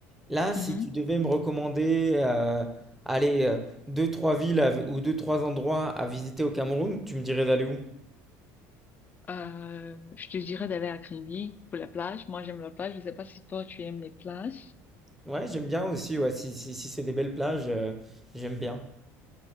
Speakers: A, in the centre; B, on the left.
A: Là, si
B: Mhm.
A: tu devais me recommander, euh, allez, euh, deux, trois villes à- ou deux, trois endroits à visiter au Cameroun, tu me dirais d'aller où?
B: Euh, je te dirais d'aller à Kribi pour la plage. Moi, j'aime la plage. Je sais pas si toi, tu aimes les plages.
A: Ouais, j'aime bien aussi, ouais, si, si, si c'est des belles plages, euh, j'aime bien.